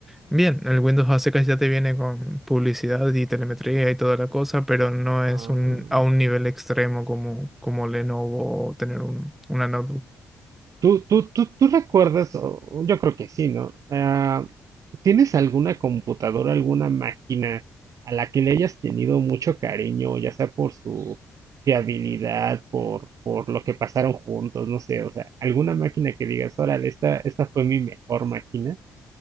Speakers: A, in the centre; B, on the right.
A: bien, el Windows a secas ya te viene con publicidad y telemetría y toda la cosa, pero no
B: Ah.
A: es un, a un nivel extremo como, como Lenovo o tener un, una notebook.
B: ¿Tú, tú, tú, tú recuerdas, o- yo creo que sí, ¿no? Ah, ¿tienes alguna computadora, alguna máquina a la que le hayas tenido mucho cariño, ya sea por su fiabilidad, por, por lo que pasaron juntos, no sé, o sea, alguna máquina que digas, órale, esta, esta fue mi mejor máquina,